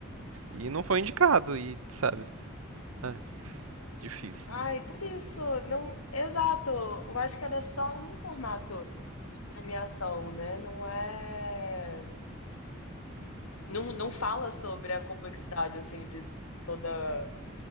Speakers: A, on the right (about 80°); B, on the left (about 85°).
A: E não foi indicado, e sabe? É, difícil.
B: Ai, por isso, não, exato. Eu acho que era só um formato de premiação, né? Não é, não, não fala sobre a complexidade assim de toda